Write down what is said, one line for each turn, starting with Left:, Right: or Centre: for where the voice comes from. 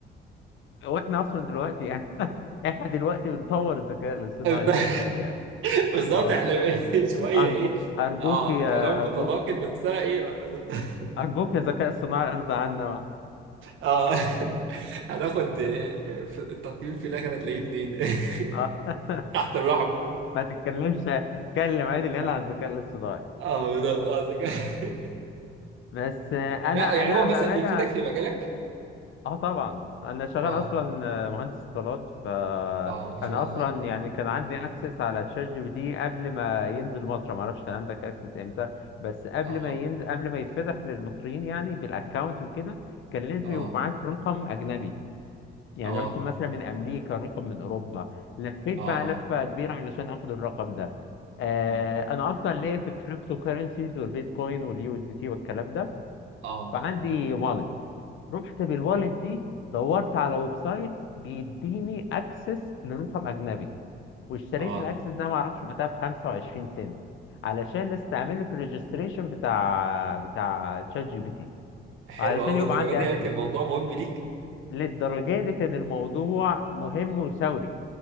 Left: واحنا اصلا دلوقتي يعني احنا دلوقتي بنطور الذكاء الاصطناعي
Right: <laughs>
Left: سامهاوي يعني
Right: بالظبط
Left: اه
Right: احنا <laughs> ب- شويه
Left: ارجو
Right: ايه
Left: ارجوك
Right: اه
Left: يا
Right: كلام
Left: ارجوك
Right: متناقض بس انا ايه بقى؟ <laughs>
Left: ارجوك يا ذكاء اصطناعي ارضى عنا
Right: اه <laughs> هناخد آه، في التقييم في الاخر هتلاقيه اتنين <laughs>
Left: اه <laughs>
Right: تحت الرحم
Left: ما تتكلمش اتكلم عادي العيال
Right: اه
Left: على الذكاء الاصطناعي
Right: آه، بالظبط اه ذكاء <laughs>
Left: بس آه، انا
Right: لا يعني
Left: انا
Right: هو مثلا
Left: بامانه
Right: بيفيدك في مجالك
Left: اه طبعا انا شغال
Right: اه
Left: اصلا آه، مهندس اتصالات فانا
Right: اه ما شاء الله
Left: اصلا يعني كان عندي اكسس على تشات جي بي تي قبل ما ينزل مصر ما اعرفش كان عندك اكسس امتى بس قبل
Right: اه
Left: ما ينزل قبل ما يتفتح للمصريين يعني بالاكونت وكده كان لازم
Right: اه
Left: يبقى معاك رقم اجنبي يعني
Right: اه
Left: رقم مثلا من امريكا رقم من اوروبا لفيت
Right: اه
Left: بقى لفه
Right: اه
Left: كبيره علشان اخد الرقم ده آه
Right: مم.
Left: انا اصلا ليا في الكريبتو كارنسيز والبيتكوين واليو اس دي تي والكلام ده
Right: اه
Left: فعندي
Right: اه
Left: والت رحت بالوالت دي دورت على ويب سايت بيديني اكسس لرقم اجنبي واشتريت
Right: اه
Left: الاكسس ده معرفش وقتها ب 25 سنت علشان استعمله في الريجستريشن بتاع بتاع تشات جي بي تي
Right: حلو
Left: علشان
Right: قوي
Left: يبقى
Right: للدرجه
Left: عندي
Right: دي يعني
Left: اكسس
Right: كان الموضوع مهم ليك
Left: للدرجة دي كان الموضوع مهم وثوري